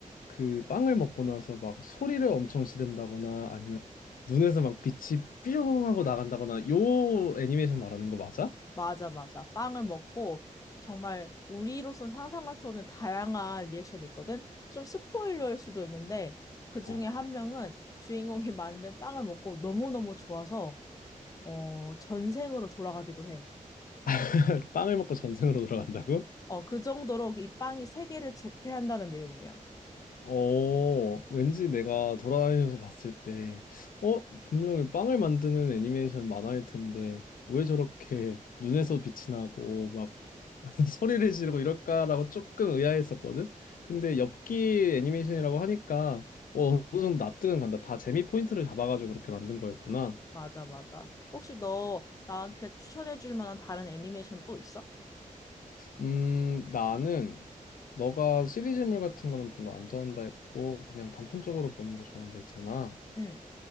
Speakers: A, on the left; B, on the left.
A: 그 빵을 먹고 나서 막 소리를 엄청 지른다거나 아니면 눈에서 막 빛이 삐용 하고 나간다거나 요 애니메이션 말하는 거 맞아?
B: 맞아, 맞아. 빵을 먹고 정말 우리로선 상상할 수 없는 다양한 리액션이 있거든. 좀 스포일러일 수도 있는데 그 중에
A: 어.
B: 한 명은 주인공이 <laughs> 만든 빵을 먹고 너무너무 좋아서 어, 전생으로 돌아가기도 해.
A: <laughs> 빵을 먹고 전생으로 돌아간다고?
B: 어, 그 정도로 이 빵이 세계를 제패한다는 내용이야.
A: 어, 왠지 내가 돌아다니면서 봤을 때, 어, 분명히 빵을 만드는 애니메이션 만화일 텐데, 왜 저렇게 눈에서 빛이 나고, 막 <laughs> 소리를 지르고 이럴까라고 조금 의아했었거든. 근데 엽기 애니메이션이라고 하니까 어, 어느 정도 납득은 간다. 다 재미 포인트를 잡아가지고 그렇게 만든 거였구나.
B: 맞아, 맞아. 혹시 너 나한테 추천해 줄 만한 다른 애니메이션 또 있어?
A: 음, 나는 너가 시리즈물 같은 거는 별로 안 좋아한다 했고 그냥 단편적으로 보는 거 좋아한다 했잖아.
B: 응.